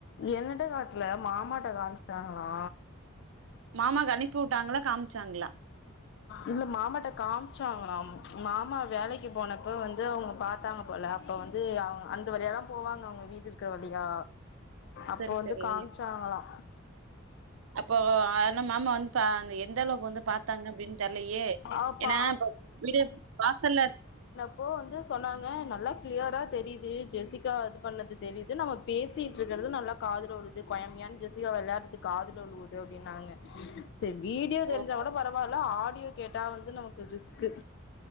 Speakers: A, on the left (about 60°); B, on the right (about 70°).
A: என்னட்ட காட்ல மாமாட்ட காமிச்சக்காங்களா
B: மாமாக்கு அனுப்பி வுட்டாங்களா காமிச்சாங்களா
A: இல்ல மாமாட்ட காமிச்சாங்க மாமா வேலைக்கு போனப்ப வந்து அவங்க பாத்தாங்க போல அப்ப வந்து அவ அந்த போவாங்க அவங்க வீடு இருக்கிற வழியா அப்போ
B: சரி,
A: வந்து
B: சரி.
A: காமிச்சாங்களா
B: அப்போ ஆன மாமா வந் ப்ப அந்த எந்த அளவுக்கு வந்து பாத்தாங்க அப்டின்னு தெரிலையே
A: ஆப்பா
B: ஏன்னா இப்ப வீடியோ வாசல்ல
A: இப்போ வந்து சொன்னாங்க நல்லா கிளியரா தெரியுது ஜெசிகா இது பண்ணது தெரியுது நம்ம பேசிட்டு இருக்கறது நல்லா காதுல விழுது கொயமியன்னு ஜெசிகா விளையாட்றது காதுல வுழுவுது அப்டின்னாங்க சேரி வீடியோ தெரிஞ்ச
B: ஓ!
A: கூட பரவாயில்ல ஆடியோ கேட்டா வந்து நமக்கு ரிஸ்க்கு